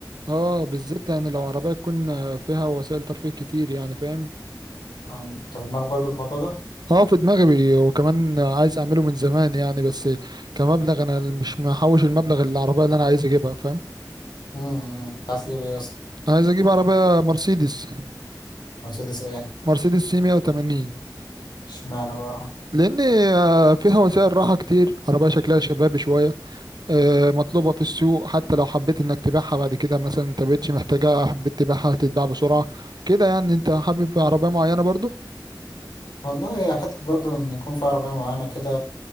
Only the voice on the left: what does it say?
آه، انت في دماغك برضه الموضوع ده؟
امم انت عايز تجيب ايه اصلا؟
مرسيدس ايه؟
اشمعنى بقى؟
والله هي حتة برضو إن يكون في عربية معينة كده